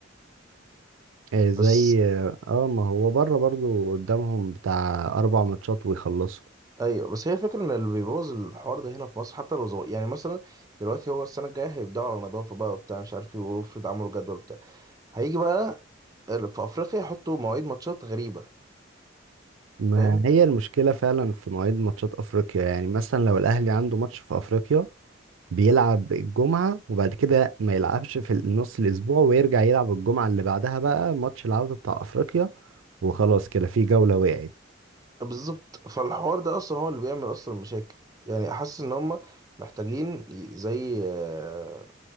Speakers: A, on the right; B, on the right.
A: آه، زي
B: بس
A: اه ما هو بره برضو قدامهم بتاع اربع ماتشات ويخلصوا
B: ايوه بس هي فكرة ان اللي بيبوظ الحوار ده هنا في مصر حتى لو صغير يعني مثلا دلوقتي هو السنه الجايه هيبداوا على نظافه بقى وبتاع مش عارف ايه وافرض عملوا جدول بتاع هيجي بقى ال- في افريقيا يحطوا مواعيد ماتشات غريبه
A: ما
B: فاهم
A: هي المشكلة فعلا في مواعيد ماتشات أفريقيا يعني مثلا لو الأهلي عنده ماتش في أفريقيا بيلعب الجمعة وبعد كده ما يلعبش في نص الأسبوع ويرجع يلعب الجمعة اللي بعدها بقى ماتش العودة بتاع أفريقيا وخلاص كده في جولة وقعت
B: بالظبط فالحوار ده اصلا هو اللي بيعمل اصلا مشاكل يعني حاسس ان هم محتاجين ي- زي آه،